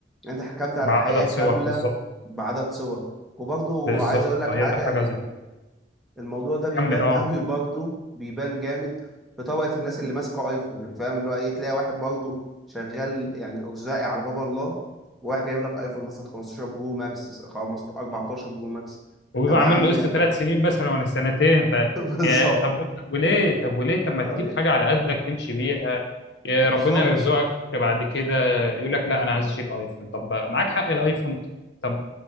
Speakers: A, in the centre; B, on the left (about 70°).
A: انت حكمت على
B: بعدد
A: حياة كاملة
B: صور بالظبط
A: بعدد صور وبرضو
B: بالظبط
A: عايز اقول لك
B: هي
A: حاجة
B: دي حاجه
A: ال-
B: زي
A: الموضوع ده بيبان
B: كمل اه
A: <laughs> قوي برضو بيبان جامد في طبقة الناس اللي ماسكة ايفون يعني فاهم اللي هو ايه تلاقي واحد برضو شغال يعني ارزاقي على باب الله وواحد جايب لك ايفون مثلا 15 برو ماكس 15 14 برو ماكس
B: وبيبقى
A: طب يا
B: عامل
A: عم
B: له قسط
A: <laughs>
B: ثلاث سنين مثلا ولا سنتين ف
A: بالظبط
B: يا طب وإنت- وليه طب وليه طب ما
A: طب-
B: تجيب حاجه على قدك تمشي بيها يا
A: بالظبط
B: ربنا يرزقك بعد كده يقول لك لا انا عايز اشيل ايفون طب معاك حق الايفون طب